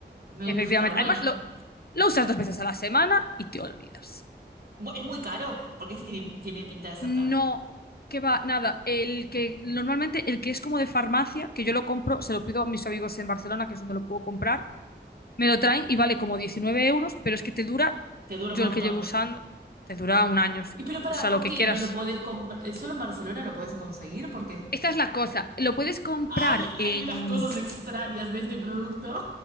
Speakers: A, on the right; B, on the left.
A: Me
B: Efectivamente.
A: gusta. Bueno,
B: Además, lo, lo usas dos veces a la semana y te olvidas.
A: Bu- es muy caro, porque este tiene, tiene pinta de ser
B: No,
A: caro.
B: que va, nada. El que normalmente, el que es como de farmacia, que yo lo compro, se lo pido a mis amigos en Barcelona, que es donde lo puedo comprar. Me lo traen y vale como 19 euros, pero es que te dura,
A: Te dura
B: yo
A: un montón.
B: el que llevo usando, te dura un año,
A: Y pero pará,
B: o sea,
A: ¿por
B: lo que
A: qué
B: quieras.
A: no lo podés comprar? ¿Solo en Barcelona lo podés conseguir? ¿Por qué?
B: Esta es la cosa. Lo puedes comprar
A: Ay,
B: en...
A: hay unas cosas extrañas de este producto.